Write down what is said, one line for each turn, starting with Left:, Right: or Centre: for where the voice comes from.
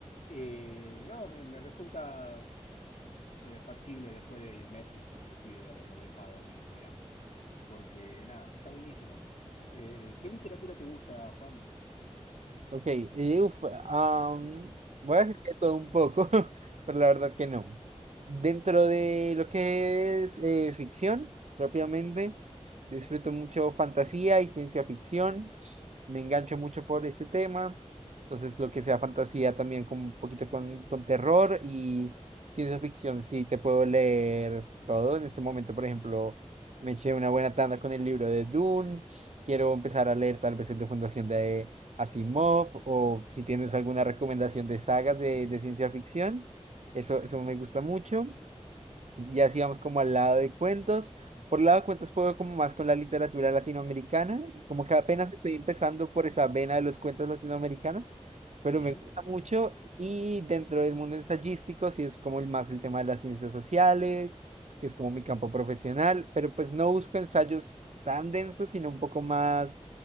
Left: eh, no, me, me resulta eh, factible después de meses inclusive de haberlo dejado al libro, digamos. Porque nada, está buenísimo. Eh, ¿qué literatura te gusta, Juan?
Right: Ok, y uf, am, voy a decir que todo un poco, <laughs> pero la verdad que no. Dentro de lo que es eh, ficción, propiamente disfruto mucho fantasía y ciencia ficción. Me engancho mucho por este tema. Entonces, lo que sea fantasía también con un poquito con, con terror y ciencia ficción, sí, te puedo leer todo. En este momento, por ejemplo, me eché una buena tanda con el libro de Dune. Quiero empezar a leer tal vez el de Fundación de... Asimov o si tienes alguna recomendación de sagas de, de ciencia ficción. Eso, eso me gusta mucho. Y así vamos como al lado de cuentos. Por el lado de cuentos puedo como más con la literatura latinoamericana, como que apenas
Left: Ah,
Right: estoy empezando por esa vena de los cuentos latinoamericanos, pero
Left: Bien,
Right: me gusta mucho. Y dentro del mundo ensayístico, sí es como el más el tema de las ciencias sociales, que es como mi campo profesional, pero pues no busco ensayos tan densos, sino un poco más